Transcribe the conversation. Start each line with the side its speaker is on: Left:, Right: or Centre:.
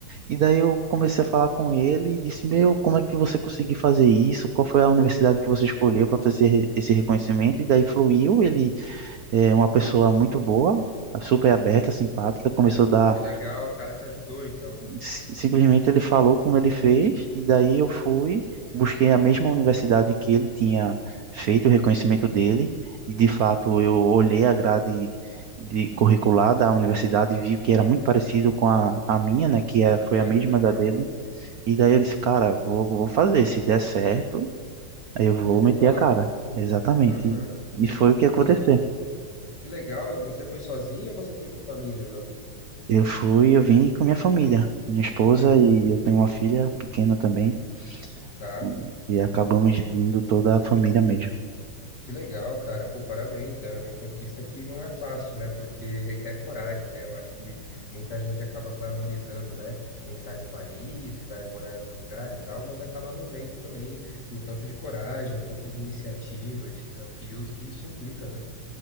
Right: e daí eu comecei a falar com ele e disse: Meu, como é que você conseguiu fazer isso? Qual foi a universidade que você escolheu para fazer esse reconhecimento? E daí fluiu, ele é uma pessoa muito boa, super aberta, simpática. Começou a dar.
Left: Que legal, o cara te ajudou, então.
Right: si- Simplesmente ele falou como ele fez, e daí eu fui, busquei a mesma universidade que ele tinha feito o reconhecimento dele, e de fato eu olhei a grade de curricular da universidade e vi que era muito parecido com a, a minha, né, que é, foi
Left: Olha
Right: a mesma
Left: que legal,
Right: da dele.
Left: cara.
Right: E daí eu disse, cara, vou, vou fazer, se der certo, eu vou
Left: Eu vou
Right: meter
Left: pra
Right: a
Left: lá.
Right: cara. Exatamente.
Left: Aham.
Right: E e foi
Left: E,
Right: o que aconteceu.
Left: e você, que legal, você foi sozinho ou você foi com família, meu amigo?
Right: Eu fui, eu vim com minha família, minha esposa
Left: Uhum,
Right: e eu tenho uma filha pequena também,
Left: tá.
Right: com- e acabamos vindo toda a família mesmo.
Left: Que legal, cara. Pô, parabéns, né? É uma conquista que não é fácil, né? Porque requer coragem, né? Eu acho que muita gente acaba glamorizando, né? Quem sai do país e vai morar em outro lugar e tal, mas acaba não vendo também o tanto de coragem, o tanto de iniciativa, de desafios que isso implica, né?